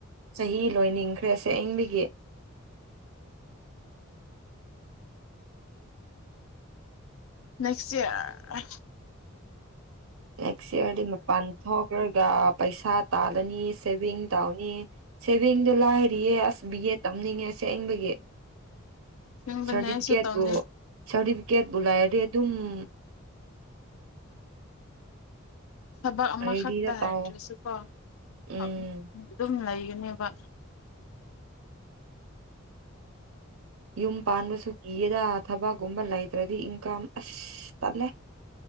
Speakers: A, on the right; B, on the left.
A: ꯆꯍꯤ ꯂꯣꯏꯅꯤꯡꯈ꯭ꯔꯦꯁꯦ ꯑꯌꯤꯡ ꯌꯦꯠ
B: ꯅꯦꯛꯁ ꯏꯌꯥꯔ
A: ꯑꯦꯁꯤꯔꯗꯤ ꯄꯥꯟꯊ ꯀꯔꯒ ꯄꯩꯁꯥ ꯇꯥꯜꯂꯅꯤ ꯁꯦꯚꯤꯡ ꯇꯧꯅꯤ ꯁꯦꯚꯤꯡꯗꯨ ꯂꯥꯏꯔꯤꯌꯦ ꯑꯁ ꯕꯤ ꯑꯦꯗ ꯇꯝꯅꯤꯡꯉꯦ ꯁꯦꯡꯕꯒꯤ
B: ꯅꯤꯡꯕꯅꯦ
A: ꯁꯥꯔꯇꯤꯐꯤꯀꯦꯠꯄ
B: ꯑꯩꯁꯨ ꯇꯧꯅꯤ
A: ꯁꯥꯔꯇꯤꯐꯤꯀꯦꯠꯕꯨꯨ ꯂꯥꯏꯔꯗꯤ ꯑꯗꯨꯝ <inaudible>
B: ꯊꯕꯛ ꯑꯃꯈꯛꯇ
A: ꯔꯦꯗꯤꯗ
B: ꯍꯥꯏꯗ꯭ꯔꯁꯨꯀꯣ
A: ꯇꯧꯑꯣ ꯎꯝ
B: ꯑꯗꯨꯝ ꯂꯩ ꯀꯅꯦꯕ
A: ꯌꯨꯝ ꯄꯥꯟꯕꯁꯨ ꯀꯤꯌꯦꯗ ꯊꯕꯛꯀꯨꯝꯕ ꯂꯩꯇ꯭ꯔꯗꯤ ꯏꯟꯀꯝ ꯑꯁ ꯇꯠꯂ